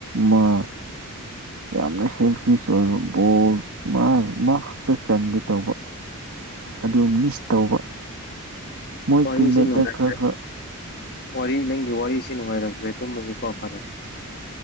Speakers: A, on the right (about 70°); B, on the left (about 50°).
A: ꯃꯥ ꯌꯥꯝꯅ ꯁꯦꯜꯐ ꯕ ꯕꯣꯜ ꯃꯥ ꯈꯛꯇ ꯆꯟꯒꯦ ꯇꯧꯕ ꯑꯗꯨ ꯃꯤꯁ ꯇꯧꯕ ꯃꯣꯏ
B: ꯋꯥꯔꯤꯁꯦ
A: ꯇꯤꯝꯃꯦꯠꯇ
B: ꯅꯨꯡꯉꯥꯏꯇ꯭ꯔꯦ
A: ꯈꯔ ꯈꯔ
B: ꯋꯥꯔꯤ ꯅꯪꯒꯤ ꯋꯥꯔꯤꯁꯤ ꯅꯨꯡꯉꯥꯏꯔꯛꯇ꯭ꯔꯦ ꯇꯨꯝꯕꯁꯤꯀꯣ ꯐꯔꯦ